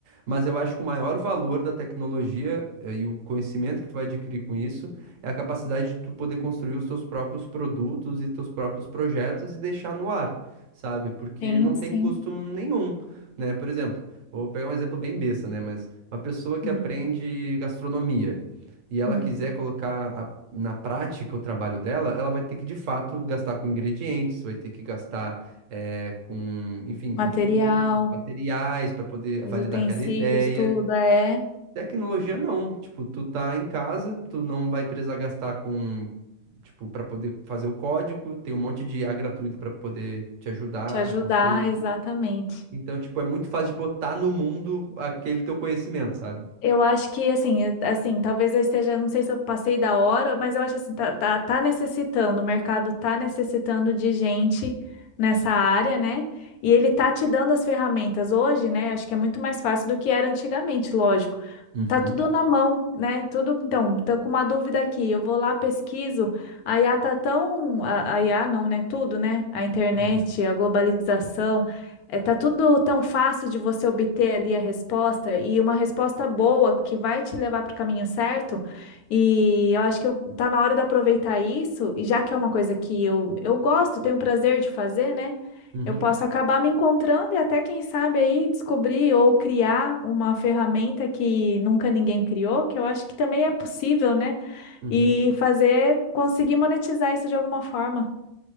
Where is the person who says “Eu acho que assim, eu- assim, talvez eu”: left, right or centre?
Left